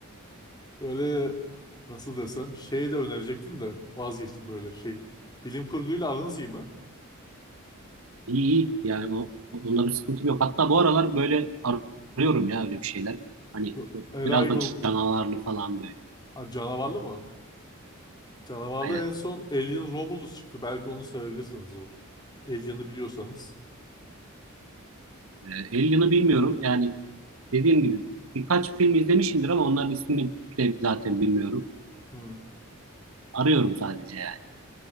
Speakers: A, on the left (about 20°); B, on the right (about 75°).
A: <laughs> böyle nasıl desem şey de önerecektim de vazgeçtim böyle şey. Bilim kurguyla aranız iyi mi?
B: İyi iyi yani o, onda bir sıkıntım yok. Hatta bu aralar böyle ar- arıyorum ya öyle bir şeyler. Hani
A: Bu Arrival
B: biraz da canavarlı falan böyle.
A: ha, canavarlı mı? Canavarlı
B: Aynen.
A: en son Alien Romulus çıktı. Belki onu sevebilirsiniz o. Alien'ı biliyorsanız.
B: Ee, Alien'ı bilmiyorum yani dediğim gibi birkaç film izlemişimdir ama onların ismini de zaten bilmiyorum.
A: Hmm.
B: Arıyorum sadece yani.